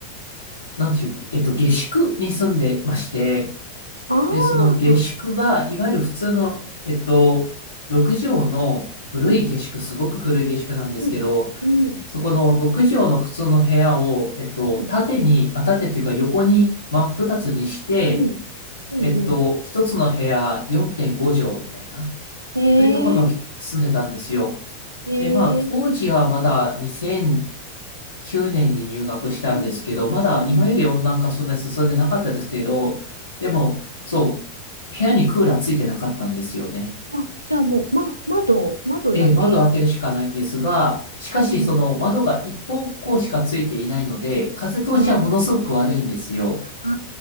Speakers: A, on the left; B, on the right.
A: なんていう、えっと、下宿に住んでまして、
B: ああ。
A: で、その下宿が、いわゆる普通の、えっと、6畳の古い下宿、
B: うん、
A: すごく古い下宿なんですけど、
B: うん、うん、
A: そこの6畳の普通の部屋を、えっと、
B: うん、
A: 縦に、あ、縦っていうか横に真っ二つにして、
B: うん、うん、
A: えっと、
B: う
A: 一つの部屋4.5畳みたいな、
B: ん。えー、
A: というところに住んでたんですよ。
B: えー、
A: で、まあ、当時はまだ2009年に入学したんですけど、
B: うん、
A: まだ今より温暖化そんなに進んでなかったですけど、
B: うん。
A: でも、そう、部屋にクーラーついてなかったんですよね。
B: あ、じゃあもう、ま、窓、窓だけ。
A: えー、窓を開けるしかないんですが、しかしその窓が一方向しかついていないので、
B: うん。
A: 風通しはものすごく悪いんですよ。
B: ああ、